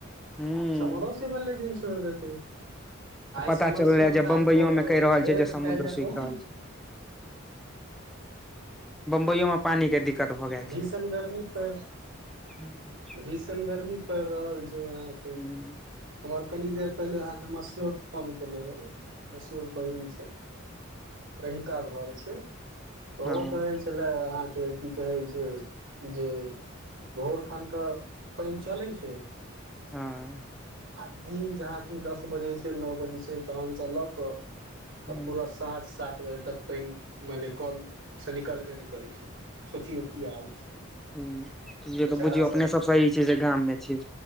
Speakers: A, in the centre; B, on the right.
A: हूँ
B: समरोसीबल एक दिन छोड़ देतेैय आइ
A: पता
B: समरसिवल
A: चलले जे
B: काज
A: बम्बइयो
B: कर रहल
A: मे कहि
B: छै
A: जे
B: तऽ
A: समुद्र
B: काइल जाब
A: सूखि
B: ने
A: रहल
B: <inaudible>
A: छै बम्बइयो मे पानी के दिक्कत भऽ गेल
B: भीषण
A: छै
B: गर्मी पर
A: हूँ
B: भीषण गर्मी प रहल छै यहा के
A: हूँ
B: हमर कनी देर पहिले अहाँ के मौसियोत फोन केने रहे मसयौत बहिन छै रहिका घर छै त
A: हँ
B: कहइ छलए अहाँ के की कहै छै जे भोर खन क पानि चलय छै
A: हँ
B: आ दिन जहा की दस बजे छै नओ बजे छै तहन से लऽ क
A: हूँ
B: आ पूरा साँझ सात बजे तक पानि मने कल से निकलबे नहि करै छै सोचियौ की हाल छै
A: ह्म जे
B: बेचारा
A: तऽ बुझियौ अपने सभ सही छै जे गाममे छियै